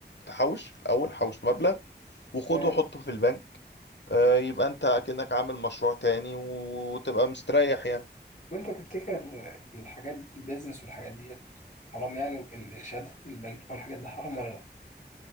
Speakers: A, on the left (about 80°); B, on the left (about 45°).
A: تحوش الأول حوش مبلغ وخده
B: تمام
A: وحطه في البنك آه، يبقى أنت كأنك عامل مشروع تاني وتبقى مستريح يعني
B: وانت تفتكر الحاجات دي البيزنس والحاجات دي حرام يعني وال- الشهادات البنكيه والحاجات دي حرام ولا لا